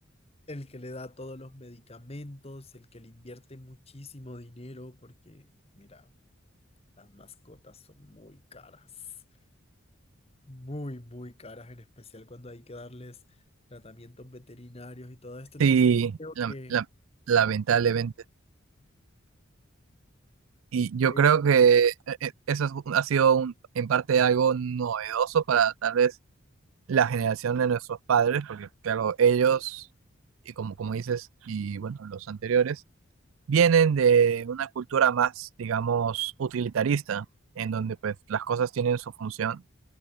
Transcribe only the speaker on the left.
el que le da todos los medicamentos, el que le invierte muchísimo dinero, porque mira, las mascotas son muy caras, muy, muy caras, en especial cuando hay que darles tratamientos veterinarios y todo esto. Entonces
yo creo
que,
creo,